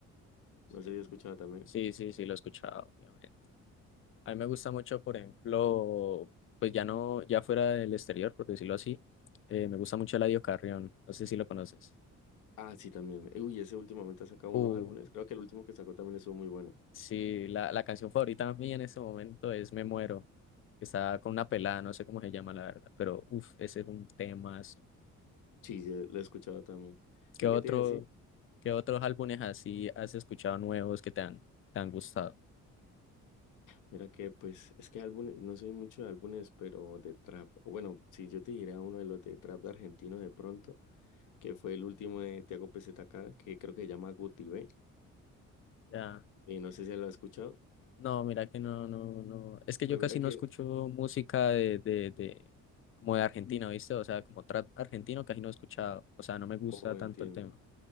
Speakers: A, on the left; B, on the left.
A: no
B: sí,
A: sé si he escuchado también.
B: sí, sí, sí, lo he escuchado, obviamente. A mí me gusta mucho, por ejemplo, pues ya no, ya fuera del exterior, por decirlo así, eh, me gusta mucho Eladio Carrión, no sé si lo conoces.
A: Ah, sí, también. Eh, Uy, ese últimamente ha sacado
B: Uh,
A: unos álbumes. Creo que el último que sacó también estuvo muy bueno.
B: sí, la, la canción favorita mía en este momento es Me Muero, que está con una pelada, no sé cómo se llama la verdad, pero uff, ese es un tema.
A: Sí, sí, lo he escuchado también.
B: ¿Qué
A: ¿Y
B: otro,
A: qué te iba a decir?
B: qué otros álbumes así has escuchado nuevos que te han, te han gustado?
A: Mira que, pues, es que álbumes, no soy mucho de álbumes, pero de trap. O Bueno, si yo te dijera uno de los de trap argentino de pronto, que fue el último de Tiago PZK, que creo que se llama Guti B.
B: Ya.
A: Y no sé si lo has escuchado.
B: No, mira que no, no, no. Es que yo
A: Pues
B: casi
A: mira
B: no
A: que,
B: escucho música de, de, de, como de Argentina, ¿viste? O sea, como trap argentino casi no he escuchado. O sea, no me gusta
A: oh,
B: tanto
A: entiendo.
B: el tema.